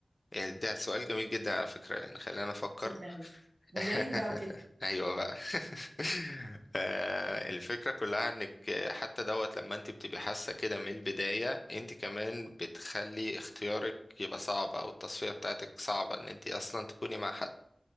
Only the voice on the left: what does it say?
يعني ده سؤال جميل جدا على فكرة يعني خلينا افكر
<laughs>
ايوه بقى <laughs> آه، الفكرة كلها انك حتى دوت لما انت بتبقي حاسة كده من البداية انت كمان بتخلي اختيارك يبقى صعب او التصفية بتاعتك صعبة ان انت اصلا تكوني مع حد